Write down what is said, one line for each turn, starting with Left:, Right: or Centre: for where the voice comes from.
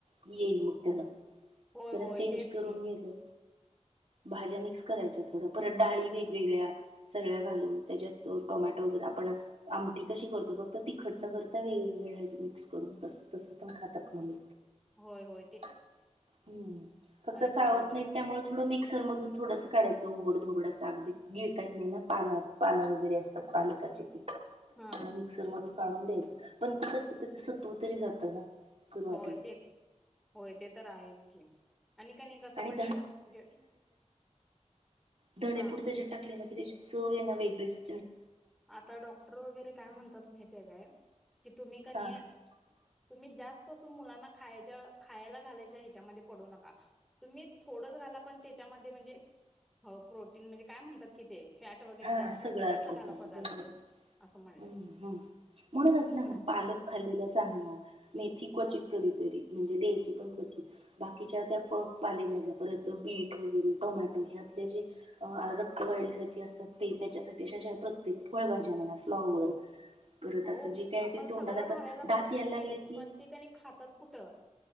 Right: येईल मग त्यांला
Centre: होय. होय,
Right: जरा
Centre: होय
Right: चेंज
Centre: तेच
Right: करून
Centre: की.
Right: घेतल भाज्या
Centre: मग
Right: मिक्स करायच्यात. परत डाळी वेगवेगळ्या सगळ्या घालून त्याच्यात टोमॅटो वगर आपण आमटी कशी करतो, फक्त तिखट न करता वेगवेग्या मिक्स करून तस पण खातात मूल.
Centre: होय हो.
Right: हम्म फक्त चावत
Centre: सगळं
Right: नाहीत त्यामुळे थोडं मी मिक्सरमधून थोडंसं काढायचं उघड धोगड असं अगदीच घेळताात नाही ना पान पानं वगैरे असतात पालकाची ती.
Centre: हा
Right: मिक्सर मधून काढून द्यायचं पण ते कस त्याच सत्व तरी जातं ना. सुरुवातीला
Centre: होय ते होय ते तर आहेच की, आणि कनाय कस आल्यात
Right: आणि
Centre: म्हणजे
Right: दधणे
Centre: हा
Right: पूड
Centre: म्हणजे
Right: त्याच्यात टाकली ना कि त्याची चव आहे ना वेगळेच
Centre: आता डॉक्टर वगैरे काय म्हणतात माहितये काय? कि तुम्ही कनी
Right: हा
Centre: तुम्ही जास्त अस मुलांना खायच्या खायला घालायच्या ह्याच्यामध्ये पडू नका तुम्ही थोडंच घाला पण त्याच्यामध्ये म्हणजे हो प्रोटीन म्हणजे काय म्हणतात कि ते फॅट वगैरे
Right: हा
Centre: जास्त
Right: सगळं
Centre: असेल असं घाला. पदार्थ
Right: <inaudible> हम्म
Centre: असं म्हणले
Right: हम् म्हणूनच
Centre: असं
Right: ना मग पालक खाल्लेला चांगला मेथी क्वाचित
Centre: ह
Right: कधी तरी म्हनजे द्यायची पण क्वचित बाकिच्या त्या प पालेभाज्या परत बीट वगैरे टोमॅटो हे आपले जे रक्तवाढीसाठी असतात. त्याच्यासाठी अ प्रत्येक फळभज्या म्हणा फ्लॉवर परत
Centre: हो
Right: असं जे काय आहे
Centre: आपण
Right: ते तोंडात
Centre: सगळं
Right: आता
Centre: घालायला
Right: दात
Centre: बघतोय
Right: यायला लागले की
Centre: पण ती कणी खातात कुठं